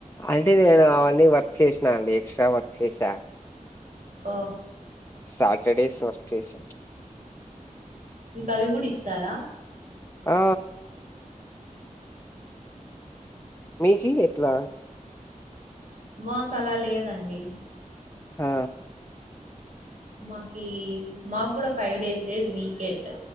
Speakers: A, on the left; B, on the right.
A: అంటే నేను అవన్నీ వర్క్ చేసినా అండి ఎక్స్ట్రా వర్క్ చేస
B: ఓ
A: సాటర్డేస్ వర్క్ చేేస
B: మీకు అవి కూడ ఇస్తార
A: ఆ మీకి ఎట్ల
B: మాకు అలా లేదండి
A: ఆ
B: మాకి మాకు కూడ five days weekend